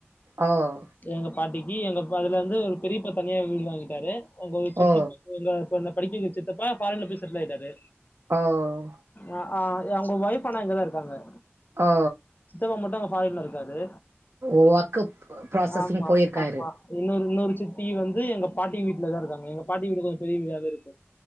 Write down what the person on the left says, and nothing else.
எங்க பாட்டிக்கி எங்க அப்பா அதுலருந்து பெரியப்பா தனியா வீடு வாங்கிட்டாரு உங்க சித்தி
எங்க இப்ப என்ன படிக்கவைக்கிற சித்தப்பா ஃபாரின்ல போய் செட்டில் ஆய்ட்டாரு
அ ஆஹ்ன் அவுங்க ஒய்ஃப் ஆனா இங்கதா இருகாங்க
சித்தப்பா மட்டும் அங்க ஃபாரின்ல இருக்காரு
ஆமா
ஆமா இன்னொரு இன்னொரு சித்தி வந்து எங்க பாட்டி வீட்ல தா இருக்காங்க எங்க பாட்டி வீடு கொஞ்சோ பெரிய வீடாவே இருக்கு